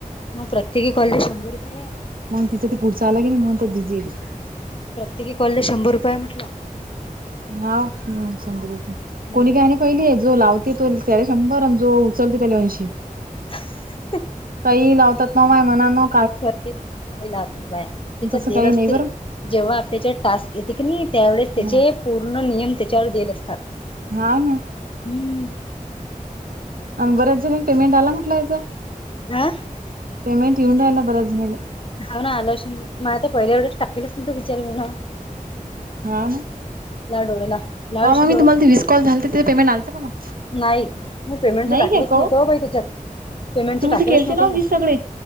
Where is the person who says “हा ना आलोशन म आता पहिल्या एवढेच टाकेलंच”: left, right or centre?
Left